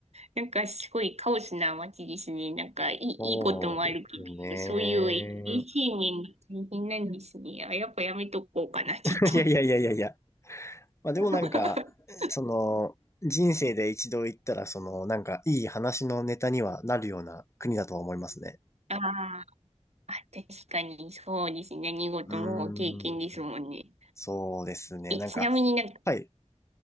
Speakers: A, on the right; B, on the left.
A: なんかすごいカオスな街ですね。なんかいい、
B: そうですね。
A: いいこともあるけど、そういう衛生面が大変なんですね。あ、やっぱやめとこうかな、ちょっと。
B: <laughs> いやいやいやいやいや。まあでもなんか、
A: <laughs>
B: その、人生で一度行ったら、その、なんか、いい話のネタにはなるような国だとは思いますね。
A: あーあ、確かにそうですね。何事も経験ですもんね。
B: うーん、そうですね。
A: え、
B: なんか、
A: ちなみになんか、
B: はい。